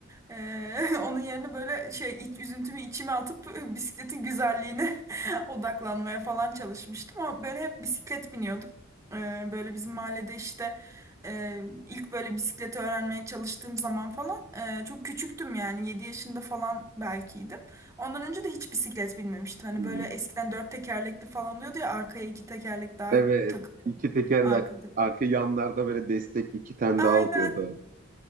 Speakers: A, on the right (about 15°); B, on the right (about 40°).
A: E, <laughs> onun yerine böyle şey iç, üzüntümü içime atıp <laughs> e, bisikletin güzelliğine <laughs> odaklanmaya falan çalışmıştım. Ama böyle hep bisiklet biniyordum. E, böyle bizim mahallede işte e, ilk böyle bisikleti öğrenmeye çalıştığım zaman falan e, çok küçüktüm yani 7 yaşında falan belkiydim. Ondan önce de hiç bisiklet binmemiştim. Hani
B: Hmm.
A: böyle eskiden dört tekerlekli falan oluyordu ya arkaya iki tekerlek daha
B: Evet.
A: takılıyor.
B: iki tekerlek
A: Arkadaki.
B: arka yanlarda böyle destek iki tane
A: Aynen.
B: daha oluyordu.